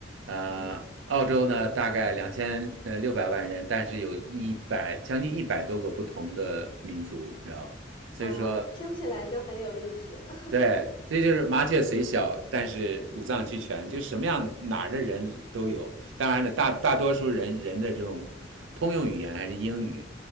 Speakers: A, on the right (about 80°); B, on the left (about 25°).
A: 呃，
B: 嗯，
A: 澳洲呢大概两千呃六百万人，但是有一百将近一百多个不同的民族，你知道所以说，
B: 啊，听起来就很有意思。<laughs>
A: 对，这就是麻雀虽小，但是五脏俱全，就什么样哪儿的人都有。当然了，大大多数人人的这种通用语言还是英语，